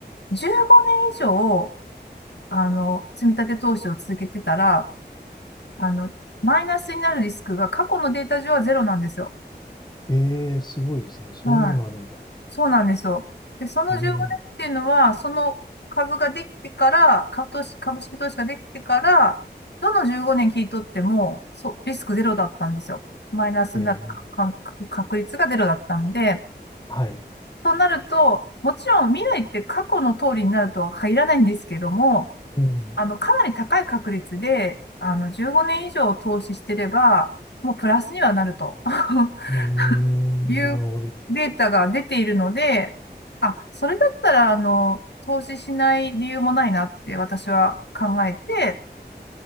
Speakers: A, on the left (about 75°); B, on the left (about 25°).
A: 15年以上、あの、積み立て投資を続けてたら、あの、マイナスになるリスクが過去のデータ上はゼロなんですよ。
B: ええ、すごいですね。そんなのあるんだ。
A: はい。そうなんですよ。で、その15年っていうのは、
B: ええ、
A: その株ができてから、株投資、株式投資ができてから、どの15年聞い取っても、そう、リスクゼロだったんですよ。マイナスになるかか確率がゼロだったんで、
B: ええ、はい。
A: となると、もちろん未来って過去の通りになるとは限らないんですけども、
B: うん、
A: あの、かなり高い確率で、あの、15年以上投資してれば、もうプラスにはなると <laughs>
B: うーん、
A: いうデータが出ているので、
B: なるほど。
A: あ、それだったら、あの、投資しない理由もないなって私は考えて、